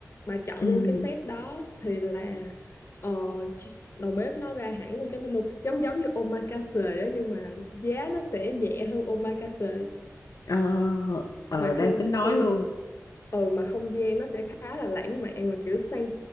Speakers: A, on the left; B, on the left.
A: Bà chọn
B: ừ
A: luôn cái set đó thì là ờ, chi- đầu bếp nó ra hẳn luôn cái menu giống giống như omakase á nhưng mà giá nó sẽ nhẹ hơn omakase
B: ờ ờ,
A: mà
B: đang
A: không
B: tính nói
A: không
B: luôn
A: ừ mà không gian nó sẽ khá là lãng mạn mà kiểu sang